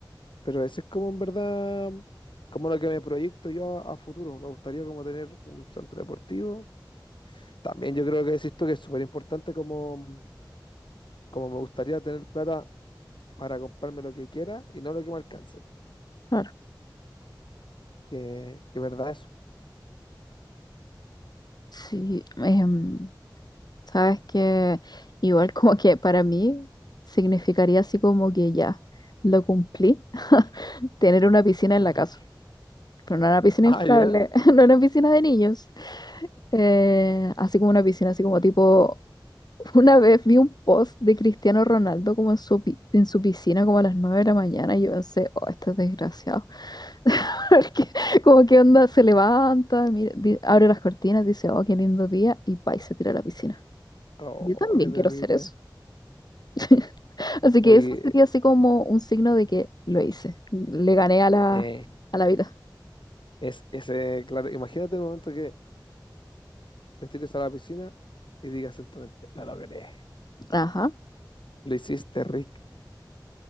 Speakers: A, on the left (about 75°); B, on the left (about 55°).
A: Pero eso es como en verdad, como lo que me proyecto yo a, a futuro. Me gustaría como tener un centro deportivo También yo creo que decís tú que es súper importante como, como me gustaría tener plata para comprarme lo que quiera y no lo que me alcance. po.
B: claro.
A: Que, que verdad eso.
B: Sí, em, sabes que igual como que para mí significaría así como que ya lo cumplí, <laughs> tener una piscina en
A: Ah,
B: la casa. pero no era una piscina
A: Ah,
B: inflable,
A: ya.
B: <laughs> no era una piscina de niños. Eh, así como una piscina, así como tipo, una vez vi un post de Cristiano Ronaldo como en su, pi- en su piscina como a las 9 de la mañana y yo pensé, oh, este es desgraciado, <laughs> porque como que onda, se levanta, mira, di- abre las cortinas, dice, oh, qué lindo día y pa, y se tira a la piscina.
A: Oh,
B: Yo también
A: qué terrible.
B: quiero hacer eso. <laughs> Así que
A: Oye,
B: eso sería así como un signo de que lo hice, le gané a la,
A: eh,
B: a la vida.
A: es ese, claro, imagínate el momento que te tires a la piscina y digas sentamente, la logré.
B: Ajá.
A: Lo hiciste, Rick.